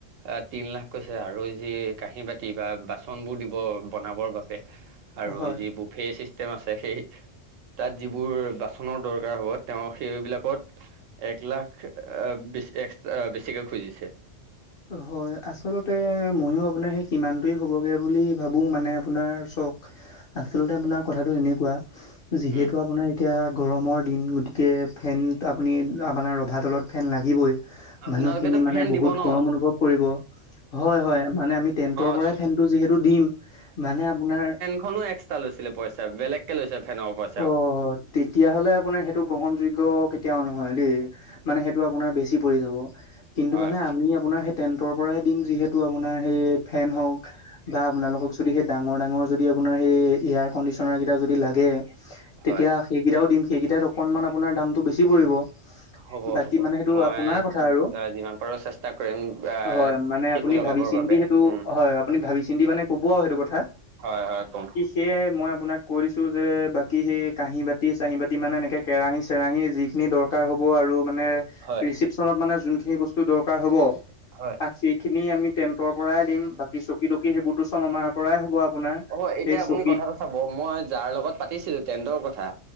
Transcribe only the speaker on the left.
হয়।
হয়। আচলতে ময়ো আপোনাৰ সেই সিমানটোৱেই হ'ব গে বুলি ভাবো। মানে আপোনাৰ চক আচলতে আপোনাৰ কথাটো এনেকুৱা। যিহেতু
আপোনাৰ এতিয়া গৰমৰ দিন, গতিকে ফেন আপুনি আপোনাৰ ৰভাতলত ফেন লাগিবই।
মানুহখিনি মানে
বহুত
গৰম অনুভৱ কৰিব। হয়, হয় মানে আমি টেণ্টৰ
পৰাই ফেনটো যিহেতু দিম। মানে আপোনাৰ
অ', তেতিয়াহ'লে আপোনাৰ সেইটো গ্ৰহণযোগ্য কেতিয়াও নহয় দেই। মানে সেই টো আপোনাৰ বেছি পৰি যাব। কিন্তু
মানে আমি আপোনাৰ সেই টেন্টৰ পৰাই দিম যিহেতু আপোনাৰ সেই ফেন হওঁক বা আপোনালোকক যদি সেই ডাঙৰ ডাঙৰ যদি আপোনাৰ সেই এয়াৰ কণ্ডিশ্যনাৰ কেইটা যদি লাগে তেতিয়া
সেইকেইটাওঁ দিম, সেইকেইটাত অকনমান আপোনাৰ দামটো বেছি পৰিব।
বাকী
মানে সেইটো
আপোনাৰ কথা আৰু
হয় মানে আপুনি
ভাবি চিন্তি
সেইটো
হয়, আপুনি ভাবি চিন্তি মানে ক'ব আৰু সেইটো কথা।
ইয়ে মই আপোনাক কৈ দিছোঁ যে বাক কী সেই কাঁহী বাতি চাহি বাতি মানে এনেকে কেৰাহী চেৰাহী যিখিনি দৰকাৰ হ'ব আৰু মানে
ৰিচিপচনত মানে যোনখিনি বস্তু দৰকাৰ হ'ব।
আ' সেই খিনি আমি টেণ্টৰ পৰাই দিম, বাকী চকী তকী সেইবোৰটো চব আমাৰ পৰাই হ'ব আপোনাৰ।
সে চকীত